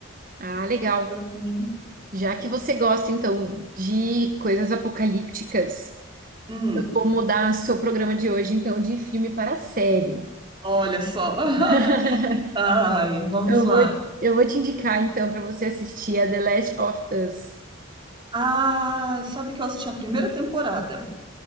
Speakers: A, on the right; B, on the right.
A: Ah, legal.
B: Agora também.
A: Já que você gosta, então, de coisas apocalípticas,
B: Hum,
A: eu vou mudar seu programa de hoje, então, de filme para série.
B: olha só. <laughs>
A: <laughs>
B: Ai, vamos
A: Eu
B: lá.
A: vou, eu vou te indicar, então, para você assistir a The Last of Us.
B: Ah, sabe que eu assisti a primeira temporada.